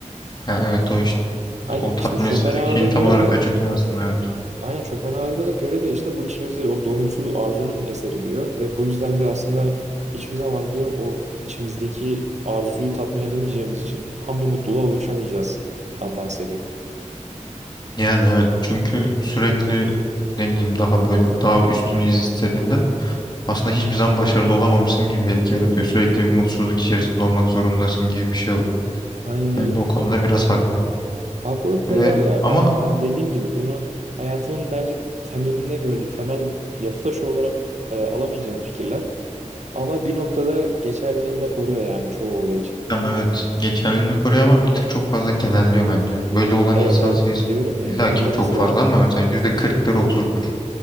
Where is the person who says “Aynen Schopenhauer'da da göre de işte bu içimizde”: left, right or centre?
Right